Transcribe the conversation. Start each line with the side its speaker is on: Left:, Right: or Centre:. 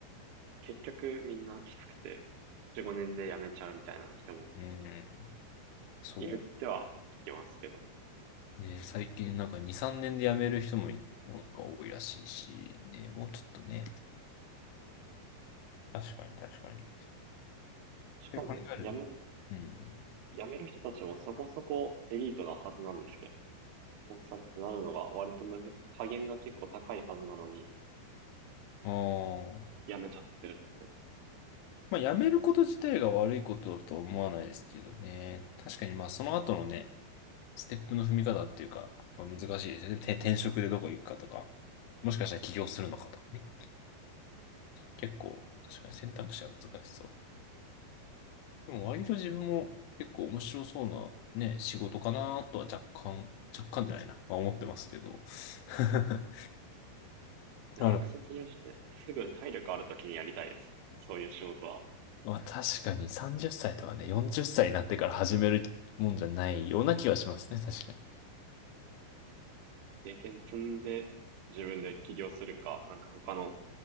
Right: 結局みんなきつくて、4、5年で辞めちゃうみたいな人も
Left: うん、そ
Right: いるっては聞きますけどね。
Left: う。ね、最近なんか2、3年で辞める人も、もなんか多いらしいし、ね、もうちょっとね、確かに確かに。
Right: しかも、
Left: で考えると、
Right: 辞め、
Left: うん
Right: 辞める人たちもそこそこエリートなはずなんですけど、コンサルってなるのが割とむず、加減が結構高いはずなのに、
Left: うん。ああ。
Right: 辞めちゃってるってのは、
Left: まあ、辞めること自体が悪いことだとは思わないですけどね。確かにまあ、その後のね、ステップの踏み方っていうか、まあ難しいですよね。て転職でどこ行くかとか、もしかしたら起業するのかとかね。結構、確かに選択肢は難しそう。でも割と自分も結構面白そうなね、仕事かなとは若干、若干じゃないな。まあ、思ってますけど。<laughs>
Right: 大学卒業してすぐ体力ある時にやりたいです。
Left: なるほど。
Right: そういう仕事は。
Left: まあ確かに30歳とかね、40歳になってから始めるもんじゃないような気はしますね。確かに。
Right: 経験積んで、自分で起業するか、なんか他の